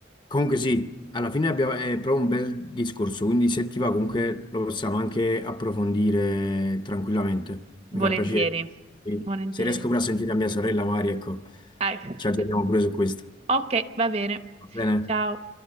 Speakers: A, on the left; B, on the right.
A: comunque sì, alla fine abbiamo, è proprio un bel discorso, quindi se ti va comunque lo possiamo anche approfondire tranquillamente. Mi
B: Volentieri,
A: fa piacere. Sì.
B: volentieri.
A: Se riesco pure a sentire a mia sorella Mari, ecco,
B: Dai.
A: ci aggiorniamo
B: <laughs>
A: pure su questo.
B: Ok, va bene.
A: Va bene?
B: Ciao.